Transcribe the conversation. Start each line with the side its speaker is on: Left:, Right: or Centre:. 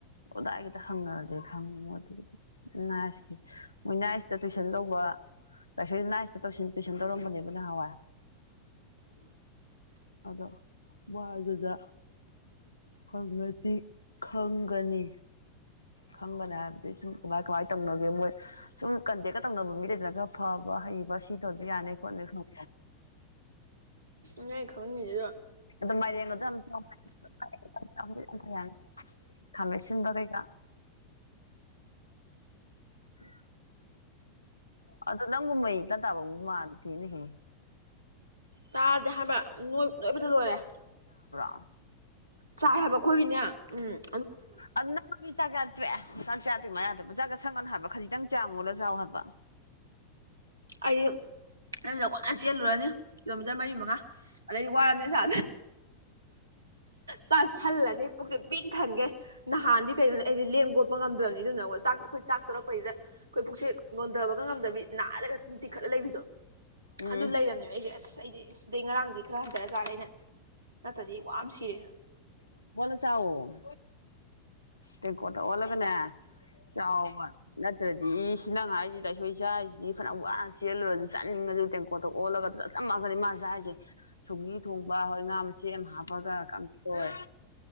Left: ꯑꯣꯗꯥꯏꯒꯤꯗ ꯍꯪꯉꯗꯤ ꯈꯪꯉꯤꯣ ꯑꯗꯨꯒ ꯅꯥꯏꯁꯀꯤ ꯃꯣꯏ ꯅꯥꯏꯁꯇ ꯇꯨꯏꯁꯟ ꯂꯧꯕ ꯂꯥꯏꯁ ꯅꯥꯏꯁꯇ ꯇ ꯇꯨꯏꯁꯟ ꯇꯧꯔꯝꯕꯅꯦꯕ ꯅꯍꯥꯟꯋꯥꯏ ꯑꯗꯣ ꯃꯥꯗꯨꯗ ꯐꯪꯉꯗꯤ ꯈꯪꯒꯅꯤ ꯈꯪꯕꯅ ꯍꯥꯏꯕꯗꯤ ꯁꯨꯝ ꯀꯃꯥꯏ ꯀꯃꯥꯏ ꯇꯧꯅꯒꯦ ꯃꯣꯏ ꯁꯨꯝ ꯀꯟꯇꯦꯛꯀ ꯇꯧꯅꯕ ꯃꯤꯗꯗꯅ ꯈꯔ ꯐꯕ ꯍꯩꯕ ꯁꯤ ꯇꯧꯁꯨ ꯌꯥꯅꯤ ꯈꯣꯠꯅ ꯈꯪ
Right: ꯅ ꯑꯩ ꯈꯪꯅꯤꯡꯁꯤꯗꯣ
Left: ꯑꯗꯨ ꯃꯦꯡꯒꯝ ꯌꯥ ꯊꯃꯦꯁꯤꯟ ꯇꯔꯦꯒ ꯎꯝ ꯑꯗꯨ ꯅꯪꯒꯨꯝꯍꯩ ꯀꯇꯥꯕꯕꯨ ꯃꯥꯗ ꯊꯦꯅꯍꯦ
Right: ꯇꯥꯗꯦ ꯍꯥꯏꯕꯣꯏ ꯅꯣꯏꯕꯗ ꯂꯣꯏꯔꯦ
Left: ꯑ
Right: ꯆꯥꯏ ꯍꯥꯏꯕ ꯑꯩꯈꯣꯏꯒꯤꯅꯦ ꯎꯝ
Left: ꯑ ꯀꯇꯥ ꯀꯌꯥ ꯆꯦ ꯍꯆꯥꯡ ꯆꯥꯗ꯭ꯣꯏ ꯃ ꯌꯥꯗꯕ ꯄꯨꯖꯥꯒ ꯁꯪꯒꯅ ꯍꯥꯏꯕ ꯈꯖꯤꯛꯇꯪ ꯆꯥꯡꯉꯣꯂ ꯆꯥꯎ ꯍꯥꯏꯕ
Right: ꯑꯩ ꯅꯗ ꯋꯥꯅ ꯆꯦꯜꯂꯨꯔꯅꯤ ꯀꯤꯂꯣꯃꯤꯇꯔ ꯃꯔꯤ ꯃꯉꯥ ꯑꯗꯩꯗꯤ ꯋꯥꯔꯝꯅꯦ ꯆ ꯆꯥ ꯁꯜꯂꯅꯤ ꯄꯨꯛꯁꯦ ꯕꯤꯛ ꯊꯟꯒꯦ ꯅꯍꯥꯟꯗꯤ ꯀꯩꯅꯣꯅꯤ ꯑꯩꯁꯦ ꯂꯦꯡꯒꯣꯠꯄ ꯉꯝꯗ꯭ꯔꯕꯅꯤ ꯑꯗꯨꯅ ꯑꯃ ꯆꯥꯛ ꯑꯩꯈꯣꯏ ꯆꯥꯛ ꯇꯧꯔꯛꯄꯩꯁꯤꯦ ꯑꯩꯈꯣꯏ ꯄꯨꯛꯁꯦꯛ ꯂꯣꯟꯊꯕꯒ ꯉꯝꯗꯕꯤ ꯅꯥꯜꯂꯒ ꯅꯨꯡꯇꯤ ꯈꯠꯂ ꯂꯩꯕꯤꯗꯣ
Left: ꯎꯝ
Right: ꯑꯗꯨ ꯂꯩꯔꯝꯅꯦꯕ ꯑꯩꯗꯤ ꯑꯁ ꯑꯩꯗꯤ ꯑꯦꯁꯗꯩ ꯉꯔꯥꯡꯗꯤ ꯈꯔ ꯍꯟꯊꯔ ꯆꯥꯠꯂꯦ ꯑꯩꯅ ꯅꯠꯇ꯭ꯔꯗꯤ ꯋꯥ ꯁꯤꯔꯦ
Left: ꯐꯁꯑꯣ ꯇꯦꯡꯀꯣꯠꯇ ꯑꯣꯜꯂꯒꯅꯦ ꯆꯥꯎꯕ ꯑꯗꯨꯗꯤ ꯁꯤꯅ ꯉꯥꯏꯁꯤꯗ ꯑꯩꯣꯏ ꯏꯆꯥꯥꯁꯤꯗꯤ ꯐꯅ ꯋꯥꯅ ꯆꯦꯜꯂꯨꯔꯁꯨ ꯆꯠꯅꯤꯡꯉꯁꯨ ꯇꯦꯡꯀꯣꯠꯇ ꯑꯣꯜꯂꯒ ꯆꯞ ꯆꯝꯥꯟꯒꯅꯤ ꯃꯥꯁꯦ ꯆꯔꯤꯁꯦ ꯁꯧꯒꯤ ꯊꯣꯡꯕ ꯍꯣꯏ ꯉꯥ ꯃꯆꯦ ꯑꯃ ꯍꯥꯞꯄꯒ ꯇꯧꯔꯦ